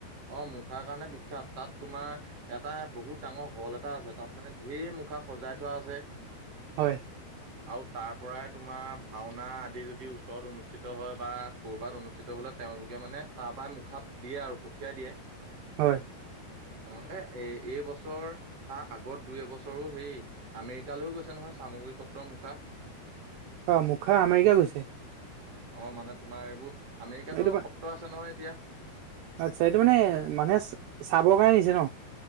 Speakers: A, on the right; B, on the right.
A: অ, মুখাৰ কাৰণে বিখ্যাত তাত তোমাৰ এটা বহুত ডাঙৰ হল এটা আছে তাত। মানে ঢেৰ মুখা সজাই থোৱা আছে।
B: হয়।
A: <inaudible> আৰু তাৰ পৰাই তোমাৰ ভাওনা আদি যদি ওচৰত অনুষ্ঠিত হয় বা ক'বাত অনুষ্ঠিত হলে তেওঁলোকে মানে তাৰ পৰাই মুখাত দিয়ে আৰু পঠিয়াই দিয়ে। অ,
B: হয়
A: এ - এই বছৰ তাৰ আগত দুই এবছৰো হেই আমেৰিকালৈও গৈছে নহয় চামগৰি সত্ৰৰ মুখা।
B: অ মুখা আমেৰিকা গৈছে।
A: অ মানে তোমাৰ এইবোৰ আমেৰিকাতো
B: এইটো
A: সত্ৰ আছে নহয় এতিয়া।
B: আচ্ছা, এইটো মানে মানুহে চাবৰ কাৰণে নিছে ন?